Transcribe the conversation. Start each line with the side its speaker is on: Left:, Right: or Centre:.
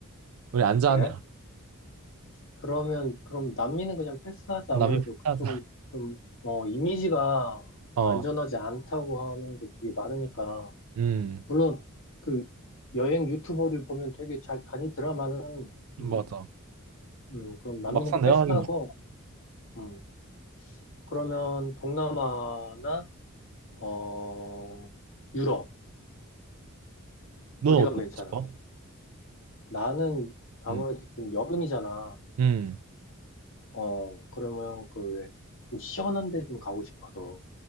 Right: 우리 앉아
Left: 그래?
Right: 앉아.
Left: 그러면 그럼 남미는 그냥 패스하자
Right: 어,
Left: 아무래도
Right: 남미 피하자.
Left: 그쪽은 좀 어, 이미지가
Right: 어,
Left: 안전하지 않다고 하는 게 되게 많으니까
Right: 음.
Left: 물론 그 여행 유튜버들 보면 되게 잘 다니더라마는
Right: 맞아.
Left: 음, 음 그럼 남미는
Right: 막상 내가
Left: 패스하고
Right: 하긴 무슨
Left: 음, 그러면 동남아나 어 유럽
Right: 넌
Left: 어디가
Right: 어디 가고
Left: 괜찮아?
Right: 싶어?
Left: 어, 나는 아무래도
Right: 음.
Left: 좀 여름이잖아.
Right: 음.
Left: 어 그러면 그 좀 시원한 데 좀 가고 싶어서